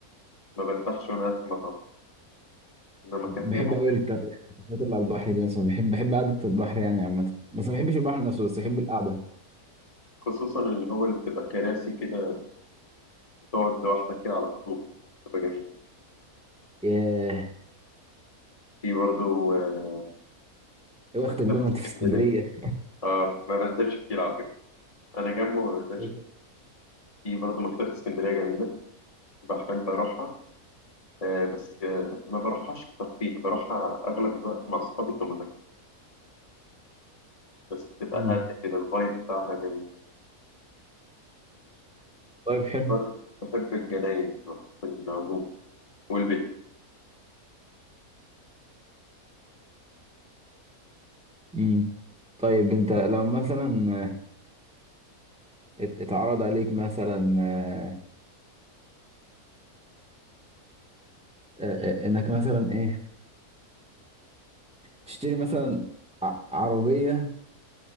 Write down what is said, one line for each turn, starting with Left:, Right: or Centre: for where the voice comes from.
Left: ما برتاحش وأنا قاعد في المطعم إنما
Centre: بحب
Left: كافيه ممكن
Centre: قوي الك- الكافيهات اللي على البحر دي مثلا بحب بحب قعده البحر يعني عامه بس ما بحبش البحر نفسه بس بحب القعده
Left: خصوصا اللي هو اللي بتبقى كراسي كده بتقعد لوحدك كده على الطوب كده، بتبقى جميل
Centre: ياه
Left: في برضه آه،
Centre: يا بختك
Left: مكتبة
Centre: بقى ما
Left: اسكندرية
Centre: انت في اسكندريه
Left: آه ما بنزلش كتير على فكرة أنا جنبه ما بنزلش
Centre: <laughs>
Left: في برضه مكتبة اسكندرية جميلة بحب أروحها آه بس آه ما بروحهاش كتير فيه بروحها أغلب الوقت مع أصحابي كمذاكرة بس بتبقى
Centre: مم.
Left: هادية كده الفايب بتاعها جميل
Centre: طيب حلو
Left: بر- بحب الجناين في العموم والبيت
Centre: مم. طيب انت لو مثلا ات- اتعرض عليك مثلا آه، آه، آه، انك مثلا ايه تشتري مثلا ع- عربية